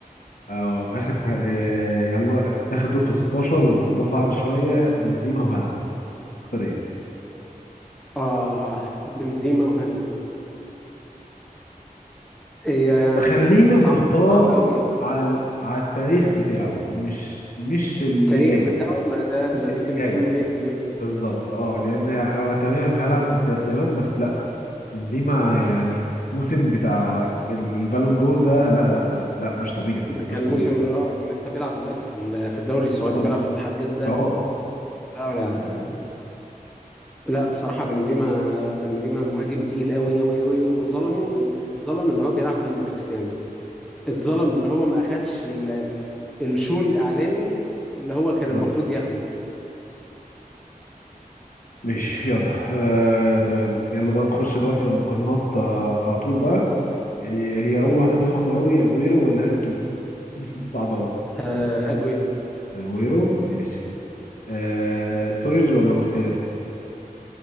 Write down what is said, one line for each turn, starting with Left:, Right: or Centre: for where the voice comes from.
Left: اه اخر ح... آه، يلا اخر دور في 16 وده صعب شويه بنزيما وهالاند تختار ايه
Centre: اه بنزيما وهالاند هي يعني
Left: خلينا
Centre: صعب
Left: بنختار
Centre: صعب قوي
Left: على ال- على التاريخ بتاعه مش مش اللي
Centre: التاريخ
Left: جاي
Centre: بتاعه ما ده
Left: مش
Centre: ما
Left: اللي
Centre: ده بنزيما
Left: جاي
Centre: 100%
Left: بالظبط اه لان آه تمام هالاند تمام بس لا بنزيما يعني موسم بتاع البالون دور ده لا لا لا لا مش طبيعي
Centre: ده كان
Left: مش طبيعي
Centre: موسم اه ولسه بيلعب دلوقتي في ال- في الدوري السعودي
Left: اه
Centre: بيلعب في اتحاد جدة
Left: اه
Centre: لا لا لا، بصراحة بنزيما بنزيما مهاجم تقيل قوي قوي قوي وظلمه إن- اتظلم ان هو بيلعب جنب كريستيانو اتظلم ان هو ما اخدش ال- الشو الاعلامي اللي هو كان
Left: بالظبط
Centre: المفروض ياخده
Left: ماشي يلا آه تمام يلا بقى نخش بقى في المقارنات آه على طول بقى يعني هي اول واحده سخنه قوي اجويرو ولا هاري كين <laughs> صعب قوي
Centre: آه، اجويرو
Left: اجويرو ماشي آه ستوريج ولا مارسيال